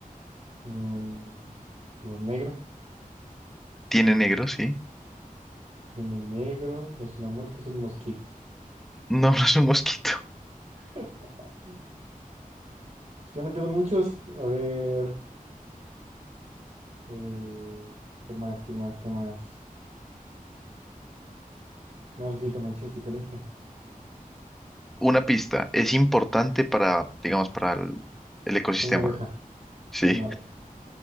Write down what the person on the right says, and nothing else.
Mm, color negro.
Tiene negro. No es una mosca, es un mosquito.
<laughs> Ya no quedan muchos. A ver. eh, ¿qué más? ¿Qué más? ¿Qué más? No, Ahora sí te manchaste con esta.
Es una abeja.
Es una abeja.